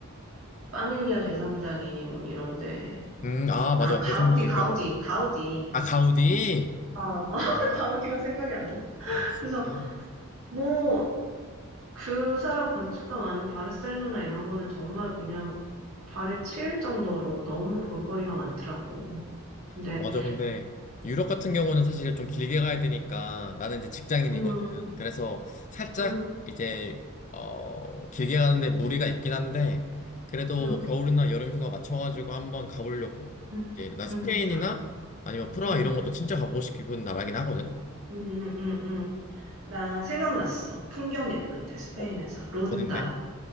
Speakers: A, on the right; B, on the left.
A: 파밀리아 대성당이니 뭐 이런데
B: 음, 아, 맞아.
A: 아 가우디
B: 대성공도
A: 가우디
B: 유명하잖아.
A: 가우디
B: 아, 가우디?
A: 어 <laughs>
B: 아,
A: 가우디가 생각이 안 나.
B: 아, 진짜?
A: 그래서 뭐 그 사람 건축가 많은 바르셀로나 이런 거는 정말 그냥 발에 치일 정도로 너무 볼거리가 많더라고. 근데
B: 맞아. 근데 유럽 같은 경우는 사실 좀 길게 가야 되니까 나는 이제 직장인이거든.
A: 음,
B: 그래서 살짝
A: 음,
B: 이제 어 길게 가는데 무리가 있긴 한데 그래도
A: 음,
B: 뭐 겨울이나 여름 휴가 맞춰가지고 한번 가보려고.
A: 음,
B: 이게 나 스페인이나
A: 음, 음,
B: 아니면 프라하
A: 음,
B: 이런 것도 진짜 가보고 싶은 나라긴 하거든.
A: 음, 음. 음. 나 생각났어. 풍경 예쁜데, 스페인에서.
B: 어,
A: 론다.
B: 어딘데?